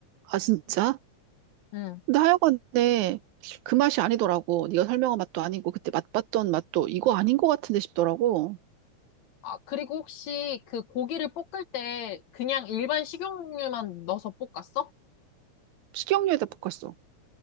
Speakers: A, on the right; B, on the left.
A: 아, 진짜?
B: 음.
A: 근데 하여간에 그 맛이 아니더라고. 네가 설명한 맛도 아니고 그때 맛봤던 맛도 이거 아닌 것 같은데 싶더라고.
B: 아, 그리고 혹시 그 고기를 볶을 때 그냥 일반 식용유만 넣어서 볶았어?
A: 식용유에다 볶았어.